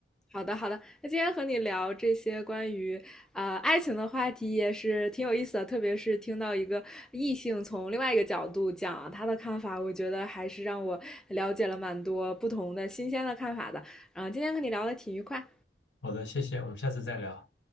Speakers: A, in the centre; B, on the left (about 85°).
A: 好的，好的。那今天和你聊这些关于呃爱情的话题也是挺有意思的，特别是听到一个异性从另外一个角度讲他的看法，我觉得还是让我了解了蛮多不同的新鲜的看法的。嗯，今天和你聊的挺愉快。
B: 好的，谢谢，我们下次再聊。